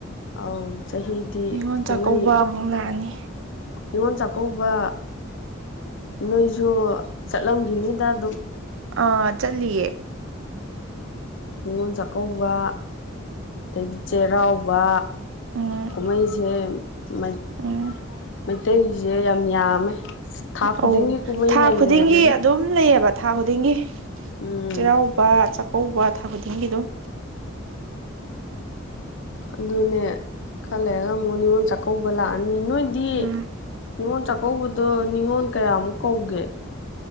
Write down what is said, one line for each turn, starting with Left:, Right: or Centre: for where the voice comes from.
Left: ꯑꯧ ꯆꯍꯤꯗꯤ
Right: ꯅꯤꯉꯣꯜ ꯆꯥꯛꯀꯧꯕ
Left: ꯀꯨꯝꯍꯩ
Right: ꯑꯃꯨꯛ ꯂꯥꯛꯑꯅꯤ
Left: ꯍꯅꯤꯉꯣꯜ ꯆꯥꯛꯀꯧꯕ ꯅꯣꯏꯁꯨ ꯆꯠꯂꯝꯈꯤꯅꯤꯗ ꯑꯗꯨꯝ
Right: ꯑꯥ ꯆꯠꯂꯤꯌꯦ
Left: ꯅꯤꯉꯣꯜ ꯆꯥꯛꯀꯧꯕ ꯑꯗꯒꯤ ꯆꯩꯔꯥꯎꯕ
Right: ꯎꯝ
Left: ꯀꯨꯝꯍꯩꯁꯦ ꯃꯩ
Right: ꯎꯝ
Left: ꯃꯩꯇꯩꯁꯦ ꯌꯥꯝ ꯌꯥꯝꯃꯦ ꯊꯥ ꯈꯨꯗꯤꯡꯒꯤ
Right: ꯑꯣ
Left: ꯀꯨꯝꯍꯩ
Right: ꯊꯥ
Left: ꯂꯩꯔꯦ
Right: ꯈꯨꯗꯤꯡꯒꯤ
Left: ꯑꯗꯨꯅꯤ
Right: ꯑꯗꯨꯝ ꯂꯩꯌꯦꯕ ꯊꯥ ꯈꯨꯗꯤꯡꯒꯤ
Left: ꯎꯝ
Right: ꯆꯩꯔꯥꯎꯕ ꯆꯥ ꯀꯧꯕ ꯊꯥ ꯈꯨꯗꯤꯡꯒꯤ ꯑꯗꯨꯝ
Left: ꯑꯗꯨꯅꯦ ꯈꯔ ꯂꯩꯔꯒ ꯑꯃꯨꯛ ꯅꯤꯉꯣꯜ ꯆꯥꯛꯀꯧꯕ ꯂꯥꯛ ꯑꯅꯤ ꯅꯣꯏꯗꯤ
Right: ꯎꯝ
Left: ꯅꯤꯉꯣꯜ ꯆꯥꯛꯀꯧꯕꯗꯣ ꯅꯤꯉꯣꯜ ꯀꯌꯥꯃꯨꯛ ꯀꯧꯒꯦ